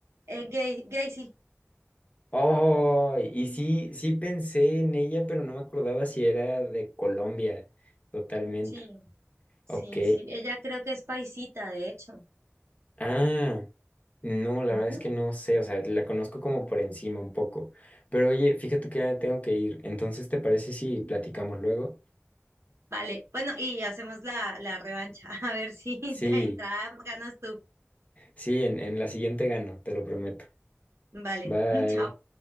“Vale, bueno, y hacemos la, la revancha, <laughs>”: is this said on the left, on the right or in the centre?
Right